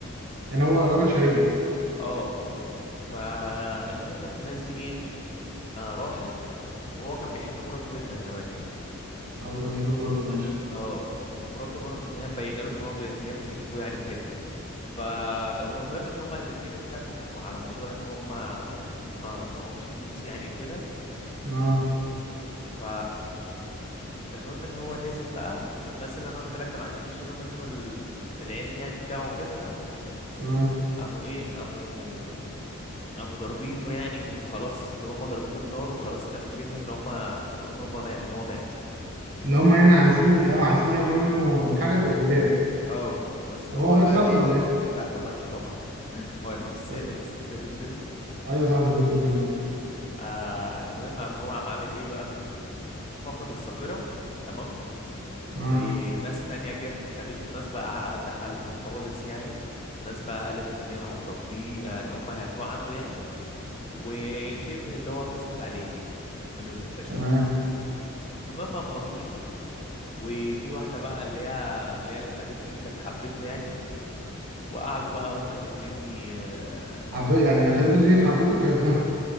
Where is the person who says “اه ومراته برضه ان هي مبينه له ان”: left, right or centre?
Left